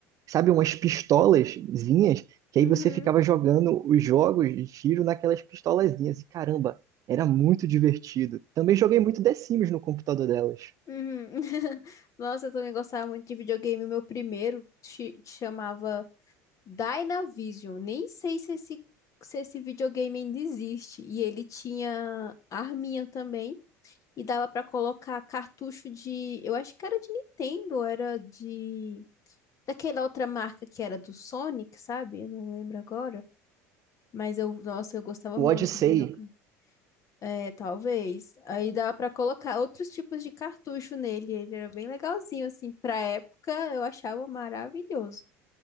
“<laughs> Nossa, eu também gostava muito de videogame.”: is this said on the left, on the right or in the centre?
Left